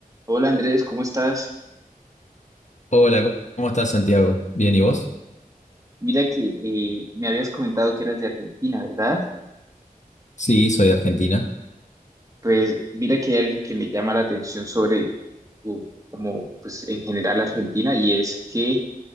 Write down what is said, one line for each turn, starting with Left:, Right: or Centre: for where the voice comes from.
Right: Hola Andrés, ¿cómo estás?
Left: Hola, ¿cómo cómo estás, Santiago? Bien, ¿y vos?
Right: Mira que eh, me habías comentado que eras de Argentina, ¿verdad?
Left: Sí, soy de Argentina.
Right: Pues mira que hay algo que me llama la atención sobre, u- como pues en general Argentina, y es que